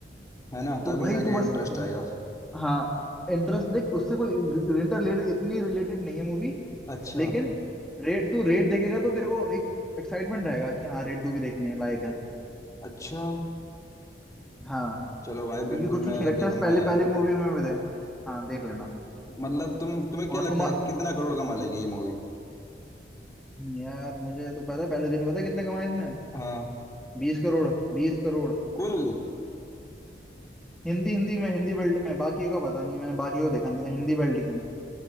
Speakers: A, on the left; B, in the centre.
A: है ना
B: तू
A: तभी
B: भाई
A: जाके
B: तू बस
A: इंटरेस्ट आएगा
B: हाँ इंटरेस्ट देख उससे कोई इंटर इतनी रिलेटेड नहीं है मूवी
A: अच्छा
B: लेकिन रेट तू रेट देखेगा तो तेरे को एक एक्साइटमेंट रहेगा कि हाँ रेट टू भी देखने लायक है
A: अच्छा
B: हाँ
A: चलो भाई
B: क्योंकि
A: बिल्कुल
B: कुछ कुछ
A: मैं
B: कैरेक्टर्स
A: देखूंगा
B: पहले
A: यार
B: पहले मूवी में भी थे हाँ देख लेना
A: मतलब तुम तुम्हें क्या
B: और
A: लगता
B: तुम
A: है कितना करोड़ कमा लेगी ये मूवी
B: यार मुझे तो पता है, पहले दिन पता है कितने कमाए इसने
A: हाँ
B: बीस करोड़ बीस करोड़
A: कुल
B: हिंदी हिंदी में हिंदी बेल्ट में बाकी का पता नहीं मैंने बाकी को देखा नहीं तो हिंदी बेल्ट की